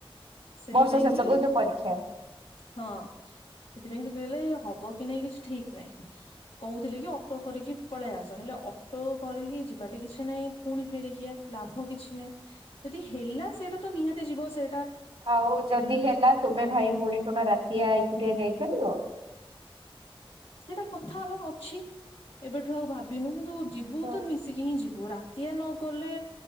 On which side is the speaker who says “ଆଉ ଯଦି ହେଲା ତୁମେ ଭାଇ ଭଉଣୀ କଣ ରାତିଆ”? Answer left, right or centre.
Right